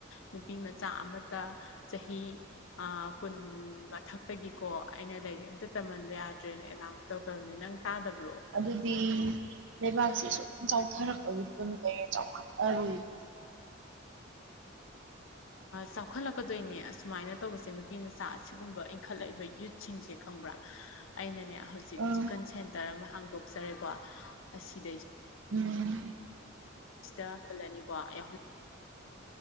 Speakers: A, on the left; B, on the right.
A: ꯅꯨꯄꯤꯃꯆꯥ ꯑꯃꯇ ꯆꯍꯤ ꯑ ꯀꯨꯟ ꯃꯊꯛꯇꯒꯤꯀꯣ ꯑꯩꯅ ꯂꯩꯔꯤ ꯑꯝꯇ ꯇꯝꯍꯟꯕ ꯌꯥꯗ꯭ꯔꯦꯅ ꯑꯦꯅꯥꯎꯟꯁ ꯇꯧꯈ꯭ꯔꯕꯅꯤ ꯅꯪ ꯇꯥꯗꯕ꯭ꯔꯣ
B: ꯑꯗꯨꯗꯤ ꯂꯩꯕꯥꯛꯁꯤꯦ ꯁ ꯆꯥꯎꯊꯔꯛꯄꯒꯤ ꯀꯣꯏꯅ ꯀꯩꯔꯦ ꯆꯥꯎꯈꯠꯂꯔꯨꯏꯕ
A: ꯆꯥꯎꯈꯠꯂꯛꯀꯗꯣꯏꯅꯦ ꯑꯁꯨꯃꯥꯏꯅ ꯇꯧꯕꯁꯦ ꯅꯨꯄꯤ ꯃꯆꯥ ꯑꯁꯤꯒꯨꯝꯕ ꯏꯟꯈꯠꯂꯛꯏꯕ ꯁꯤꯡꯁꯦ ꯈꯪꯕ꯭ꯔꯥ ꯑꯩꯅꯅꯦ ꯍꯧꯖꯤꯛ ꯍꯧꯖꯤꯛ
B: ꯎꯝ
A: ꯆꯤꯛꯀꯟ ꯁꯦꯟꯇꯔ ꯑꯃ ꯍꯥꯡꯗꯣꯛꯆꯔꯦꯀꯣ ꯑꯁꯤꯗꯩ
B: ꯎꯝ
A: ꯁꯤꯗ ꯍꯜꯂꯅꯤꯀꯣ ꯑꯩ